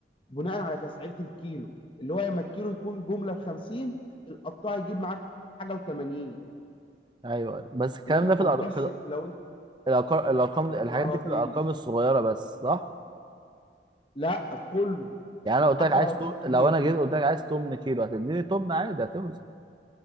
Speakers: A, on the left (about 30°); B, on the right (about 25°).
A: بناء على تسعيره الكيلو اللي هو لما الكيلو يكون جمله ب 50 القطاع يجيب معاك حاجه و80 اللي
B: ايوه بس الكلام
A: هو القرطاس
B: ده في الأر... في
A: لو انت-
B: الأرقام الارقام الحاجات
A: في القراطيس
B: دي في الارقام الصغيرة بس صح؟
A: لا في كله
B: يعني انا قلت
A: حتى
B: لك عايز
A: القراطيس
B: تو...
A: الكبير
B: لو انا جيت قلت لك عايز تمن كيلو هتديني تمن عادي هتوزن